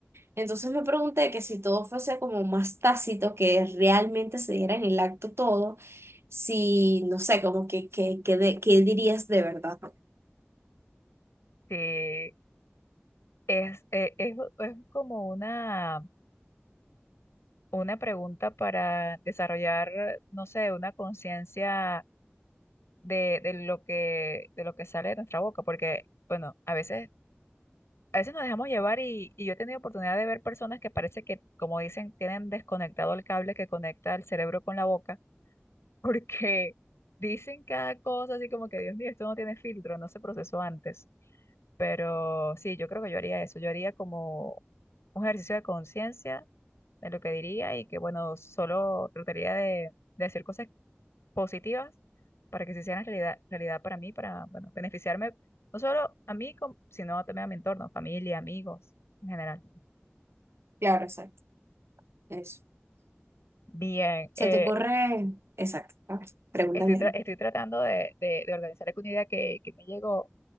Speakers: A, on the right; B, on the left.
A: Entonces me pregunté que si todo fuese como más tácito, que realmente se diera en el acto todo, si, no sé, como que, que, que de- qué dirías de verdad.
B: Sí, es, eh, es, es como una, una pregunta para desarrollar, no sé, una conciencia de, de lo que, de lo que sale de nuestra boca, porque, bueno, a veces a veces nos dejamos llevar y, y yo he tenido oportunidad de ver personas que parece que, como dicen, tienen desconectado el cable que conecta el cerebro con la boca, <laughs> porque dicen cada cosa así como que, Dios mío, esto no tiene filtro, no se procesó antes. Pero sí, yo creo que yo haría eso, yo haría como un ejercicio de conciencia de lo que diría y que, bueno, solo trataría de, de decir cosas positivas para que se hicieran realidad, realidad para mí, para, bueno, beneficiarme no solo a mí, com- sino también a mi entorno, familia, amigos en general.
A: Claro, exacto, eso.
B: Bien,
A: Se
B: eh,
A: te corre Exacto. A ver, pregúntame.
B: estoy, tra-
A: algo.
B: estoy tratando de, de- de organizar alguna idea que, que me llegó